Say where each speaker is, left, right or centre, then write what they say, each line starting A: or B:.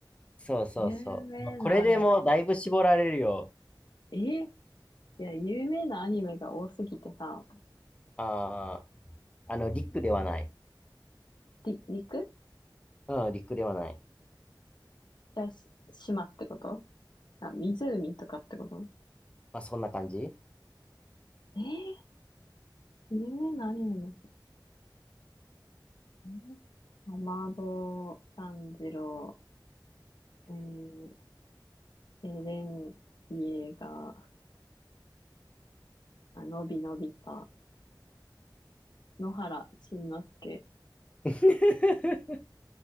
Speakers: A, on the left (about 15°); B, on the left (about 65°).
A: そうそうそう。
B: 有名なアニメ。
A: まあこれでもうだいぶ絞られるよ。
B: えいや、有名なアニメが多すぎてさ、
A: ああ、あの、リックではない。
B: り、陸
A: うん、リックではない。
B: じゃあし、島ってことあ、湖とかってこと
A: まあ、そんな感じ
B: えー有名なアニメの主題歌アマド炭治郎、えー、エレン・イエーガー、あのびのびた、野原しんのすけ。
A: <laughs>